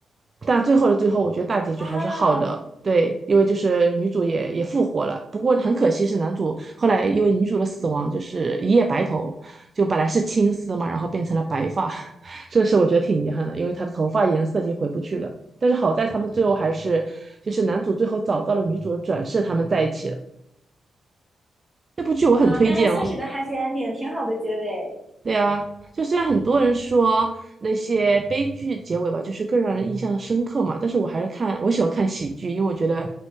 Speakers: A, on the right; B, in the centre.
A: 但最后的最后，我觉得大结局还是好的。
B: 啊
A: 对，因为就是女主也也复活了，不过很可惜是男主后来因为女主的死亡就是一夜白头，就本来是青丝嘛，然后变成了白发，<laughs> 这个事我觉得挺遗憾的，因为他的头发颜色已经回不去了。但是好在他们最后还是就是男主最后找到了女主的转世，他们在一起了。这部剧我很推荐哦。
B: 啊，那还算是个 happy ending，挺好的结尾。
A: 对啊，就虽然很多人说那些悲剧结尾吧，就是更让人印象深刻嘛，但是我还是看，我喜欢看喜剧，因为我觉得